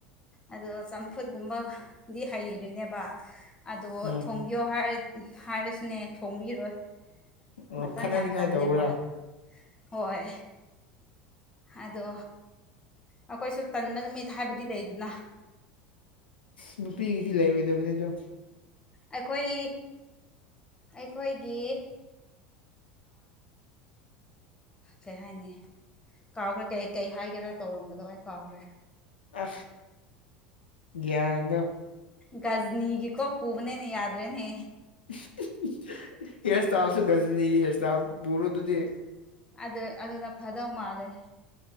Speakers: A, on the left; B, on the left.
A: ꯑꯗꯣ ꯆꯝꯐꯨꯠꯀꯨꯝꯕꯗꯤ ꯍꯩꯔꯏꯅꯦꯕ꯫ ꯑꯗꯣ
B: ꯎꯝ
A: ꯊꯣꯡꯕꯤꯌꯣ ꯍꯥꯏꯔꯁꯨꯅꯦ ꯊꯣꯡꯕꯤꯔꯣꯏ
B: ꯑꯣ
A: ꯃꯇꯝ
B: ꯈꯠꯅꯅꯤꯡꯉꯥꯏ
A: ꯌꯥꯝ ꯇꯜꯂꯦꯕ
B: ꯇꯧꯕ꯭ꯔꯥ
A: ꯍꯣꯏ ꯑꯗꯣ ꯑꯩꯈꯣꯏꯁꯨ ꯇꯟꯕ ꯅꯨꯃꯤꯠ ꯍꯥꯏꯕꯗꯤ ꯂꯩꯗꯅ
B: ꯑ ꯅꯨꯄꯤꯒꯤꯗꯤ ꯂꯩꯔꯣꯏꯗꯕꯅꯤ ꯑꯗꯣ
A: ꯑꯩꯈꯣꯏ ꯑꯩꯈꯣꯏꯒꯤ꯫ ꯀꯩ ꯍꯥꯏꯅꯤ ꯀꯥꯎꯈ꯭ꯔꯦ ꯀꯩ ꯀꯩ ꯍꯥꯏꯒꯦꯔꯥ ꯇꯧꯔꯝꯕꯗꯣ ꯑꯩ ꯀꯥꯎꯈ꯭ꯔꯦ꯫
B: ꯑ ꯭ꯌꯥꯟꯗꯣ
A: ꯒꯖꯅꯤꯒꯤ ꯀꯣ ꯄ ꯄꯨꯕꯅꯤꯅꯦ ꯌꯥꯗ꯭ꯔꯦꯅꯦ
B: <unintelligible> ꯄꯨꯔꯣ ꯑꯇꯨꯗꯤ
A: ꯑꯗꯨꯗ ꯑꯗꯨꯅ ꯐꯗꯧ ꯃꯥꯜꯂꯦ